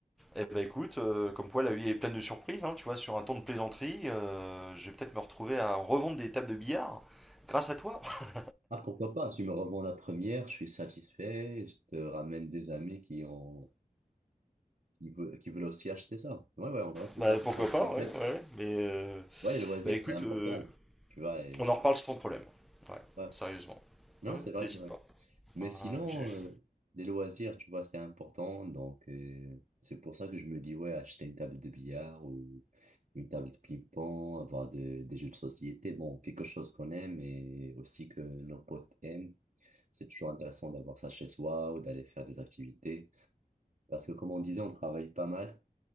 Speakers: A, in the centre; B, on the right.
A: Eh ben écoute, euh, comme quoi la vie est pleine de surprises, hein, tu vois, sur un ton de plaisanterie, euh, je vais peut-être me retrouver à revendre des tables de billard grâce à toi. <laughs>
B: Ah, pourquoi pas? Tu me revends la première, je suis satisfait, je te ramène des amis qui ont, qui veulent, qui veulent aussi acheter ça. Ouais, ouais, en vrai, faut
A: Bah
B: pas,
A: pourquoi
B: parce
A: pas,
B: qu'en fait,
A: ouais, ouais. Mais euh,
B: ouais, les loisirs,
A: bah écoute,
B: c'est important,
A: euh,
B: tu vois, et,
A: on en reparle sans problème. Ouais,
B: ouais.
A: sérieusement.
B: Non,
A: Ouais,
B: c'est vrai,
A: t'hésites
B: c'est vrai.
A: pas.
B: Mais
A: Ouais,
B: sinon,
A: j'ai- je-
B: euh, les loisirs, tu vois, c'est important, donc, euh, c'est pour ça que je me dis, ouais, acheter une table de billard ou une table de ping-pong, avoir de- des jeux de société, bon, quelque chose qu'on aime et aussi que nos potes aiment. C'est toujours intéressant d'avoir ça chez soi ou d'aller faire des activités. Parce que comme on disait, on travaille pas mal.